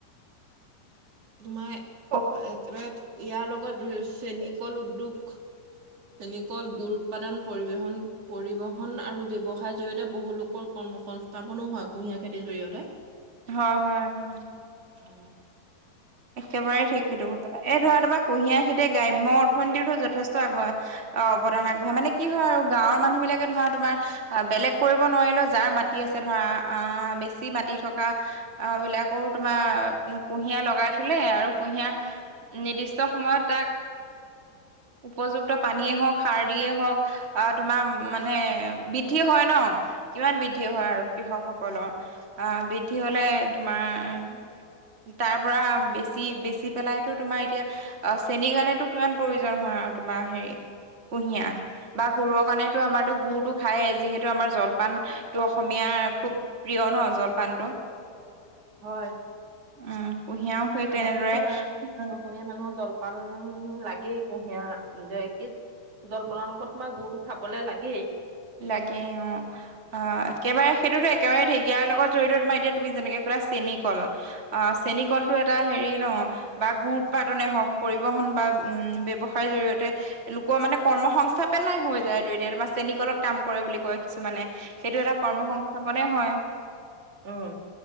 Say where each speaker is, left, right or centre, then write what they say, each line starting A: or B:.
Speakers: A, on the right; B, on the right.
A: তোমাৰ একেবাৰে
B: অ'
A: ইয়াৰ লগত ধৰি চেনিকল উদ্যোগ চেনেকল, গুৰ উৎপাদন পৰিবেহন পৰিবহন আৰু ব্যৱসায় জৰি়য়তে বহু লোকৰ কৰ্ম সংস্থাপনো হয় কুঁহিয়াৰ খেতিৰ জৰিয়তে।
B: হয় হয় উম।
A: হয়।
B: একেবাৰে ঠিক সেইটো কথা এই ধৰা তোমাৰ কুঁহিয়াৰ খেতিয়ে গ্ৰাম্য অৰ্থনীতিতো যথেষ্ট আগবঢ়া অ অৱদান আগবঢ়াই মানে কি হয় আৰু গাঁৱৰ মানুহবিলাকে ধৰা তোমাৰ আহ বেলেগ কৰিব নোৱাৰিলেও যাৰ মাটি আছে ধৰা, আহ বেছি মাটি থকা আহবিলাকো তোমাৰ কুঁহিয়াৰ লগাই থ থুলে আৰু কুঁহিয়াৰ নিৰ্দিষ্ট সময়ত তাক উপযুক্ত পানীয়ে হওক, সাৰ দিয়ে হওক আহ তোমাৰ মানে বৃদ্ধি হয় ন? কিমান বৃদ্ধি হয় আৰু কৃষকসকলৰ? আ বৃদ্ধি হলে তোমাৰ তাৰ পৰা বেছি - বেছি পেলাইতো তোমাৰ এতিয়া অ চেনী কাৰণেতো কিমান প্ৰয়োজন হয় আৰু তোমাৰ হেৰি কুঁহিয়াৰ বা গুৰৰ কাৰনে এইটো আমাৰ টো গুৰটো খাই যিহেতু আমাৰ জলপানটো অসমীয়াৰ খুব প্ৰিয় ন জলপানটো।
A: হয়।
B: উম, কুঁহিয়াৰো সেই
A: আমাৰতো
B: তেনেদৰে
A: অসমীয়া মানুহক জলপান লাগেই কুঁহিয়াৰৰ যে কি জলপানৰ লগত তোমাৰ গুৰটো খাবলৈ লাগেই।
B: লাগে অ, অ একেবাৰে সেইটোতো এ কেবাৰে ঢেকীয়াৰ লগত জড়িত তোমাৰ এতিয়া তুমি যেনেকে কলা চেনীকল অ চেনি কলটো এটা হেৰি ন বা গুৰ উৎপাদনে হওক, পৰিবহণ বা উম ব্যৱসায়ৰ জৰিয়তে লোকৰ মানে কৰ্ম সংস্থাপেনাই হৈ যায়টো এতিয়া তোমাৰ চেনীকলত কাম কৰে বুলি কয় কিছুমানে সেইটো এটা কৰ্ম সংস্থাপনে হয়।
A: অ।